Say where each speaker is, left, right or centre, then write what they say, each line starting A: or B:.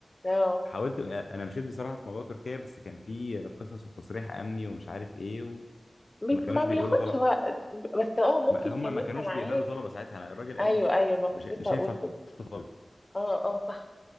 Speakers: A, on the left; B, on the left.
A: آه.
B: حاولت آه، انا مشيت بصراحه في موضوع تركيا بس كان في قصص وتصريح امني ومش عارف ايه
A: بي-
B: وما كانوش
A: ما
B: بيقبلوا
A: بياخدش
B: طلب
A: وقت بس اه ممكن
B: ما- هم
A: كان
B: ما
A: انت
B: كانوش
A: معاك
B: بيقبلوا طلبه ساعتها انا الراجل
A: ايوه
B: قال لي
A: ايوه ما كنت
B: مش مش
A: لسه هقول
B: هينفع
A: كده
B: تطلب
A: اه اه صح